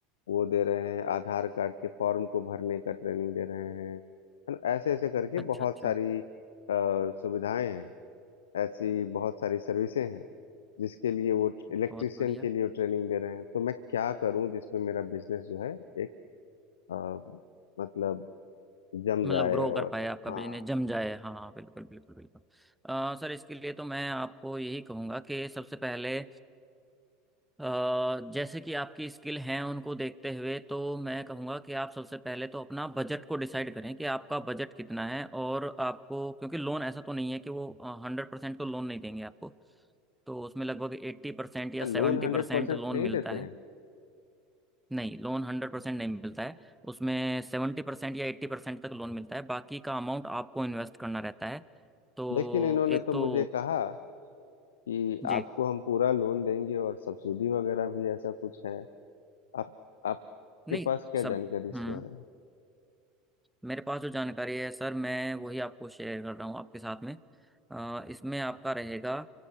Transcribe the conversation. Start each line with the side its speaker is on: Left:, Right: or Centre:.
Left: वो दे रहे हैं आधार कार्ड के फॉर्म को भरने का ट्रेनिंग दे रहे हैं है ना ऐसे ऐसे करके
Centre: अच्छा
Left: बहुत
Centre: अच्छा
Left: सारी अ, सुविधाएं हैं ऐसी बहुत सारी सर्विसें हैं जिसके लिए वो इलेक्ट्रिशियन
Centre: बहुत बढ़िया
Left: के लिए वो ट्रेनिंग दे रहे हैं तो मैं क्या करूं जिसमें मेरा बिजनेस जो है एक अ, मतलब जम
Centre: मतलब
Left: जाए
Centre: ग्रो
Left: और
Centre: कर पाए आपका
Left: हाँ
Centre: बिजनेस जम जाए हाँ हाँ बिल्कुल बिल्कुल बिल्कुल अ, सर इसके लिए तो मैं आपको यही कहूँगा कि सबसे पहले अ, जैसे कि आपकी स्किल हैं उनको देखते हुए तो मैं कहूँगा कि आप सबसे पहले तो अपना बजट को डिसाइड करें कि आपका बजट कितना है और आपको क्योंकि लोन ऐसा तो नहीं है कि वो हंड्रेड परसेंट तो लोन नहीं देंगे आपको तो उसमें लगभग एट्टी परसेंट या
Left: लोन
Centre: सेवेंटी
Left: हंड्रेड
Centre: परसेंट
Left: परसेंट
Centre: लोन
Left: नहीं
Centre: मिलता
Left: देते
Centre: है
Left: हैं
Centre: नहीं लोन हंड्रेड परसेंट नहीं मिलता है उसमें सेवेंटी परसेंट या एट्टी परसेंट तक लोन मिलता है बाकी का अमाउंट आपको इन्वेस्ट करना रहता है तो
Left: लेकिन इन्होंने
Centre: एक
Left: तो
Centre: तो
Left: मुझे कहा कि
Centre: जी
Left: आपको हम पूरा लोन देंगे और सब्सिडी वगैरह भी ऐसा कुछ है आप आपके
Centre: नहीं
Left: पास क्या
Centre: सब
Left: जानकारी इसके
Centre: हम्म
Left: बारे में
Centre: मेरे पास जो जानकारी है सर मैं वही आपको शेयर कर रहा हूँ आपके साथ में अ, इसमें आपका रहेगा